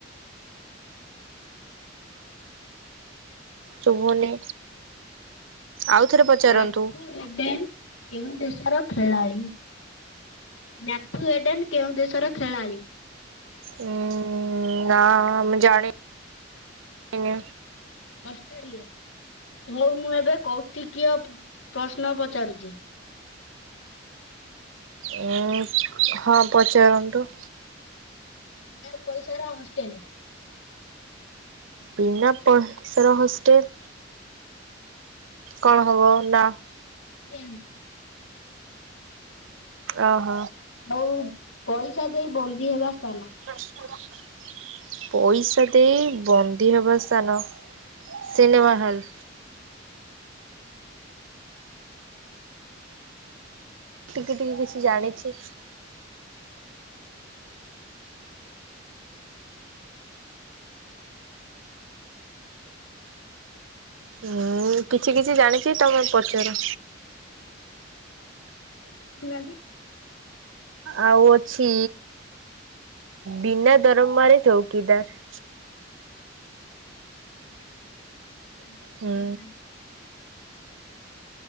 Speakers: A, on the right; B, on the left.
A: ଶୁଭୁନି। ଆଉଥରେ ପଚାରନ୍ତୁ।
B: ମ୍ୟାଫ୍ରେଡେନ୍‌। କେଉଁ ଦେଶର ଖେଳାଳି। ମ୍ୟାଫ୍ରେଡେନ୍‌ କେଉଁ ଦେଶର ଖେଳାଳି?
A: ଉଁ ନା ମୁଁ ଜାଣ ନି।
B: ଅଷ୍ଟ୍ରେଲିଆ, ହଉ ମୁଁ ଏବେ କୌତିକୀୟ ପ୍ରଶ୍ନ ପଚାରୁଛି?
A: ଉଁ ହଁ ପଚାରନ୍ତୁ।
B: ୟା ପଇସା ରା ହଷ୍ଟେଲ।
A: ବିନା ପଇସା ର ହୋଷ୍ଟେଲ? କଣ ହବ ନା
B: କେନ।
A: ଅହ।
B: ଆଉ ପଇସା ଦେଇ ବନ୍ଦୀ ହେବା ସ୍ଥାନ?
A: <unintelligible> ପଇସା ଦେଇ ବନ୍ଦୀ ହେବା ସ୍ଥାନ ସିନେମା ହଲ୍। ଟିକେ ଟିକେ କିଛି ଜାଣିଛି। ହୁଁ କିଛି କିଛି ଜାଣିଛି ତମେ ପଚାର।
B: ବୁୁଝୁନାହାନ୍ତି।
A: ଆଉ ଅଛି ବିନା ଦରମାରେ ଚୌକିଦାର?
B: ବିନା ଦରମା ରେ ଚୌକିଦାର
A: ହୁଁ
B: ତାଲା।